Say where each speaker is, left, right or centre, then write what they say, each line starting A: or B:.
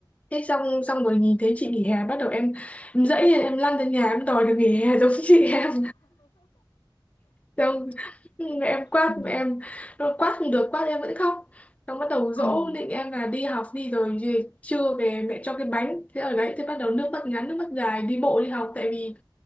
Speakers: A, on the left (about 15°); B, on the left (about 75°).
A: Thế xong xong rồi nhìn thấy chị nghỉ hè bắt đầu em em dẫy lên em lăn ra nhà em đòi được nghỉ hè giống chị em. Xong mẹ em quát
B: ừ
A: mẹ em
B: <laughs>
A: nó quát không được quát em vẫn khóc xong bắt đầu dỗ
B: Ừm,
A: định em là đi học đi rồi về trưa về mẹ cho cái bánh thế ở đấy thế bắt đầu nước mắt ngắn nước mắt dài đi bộ đi học tại vì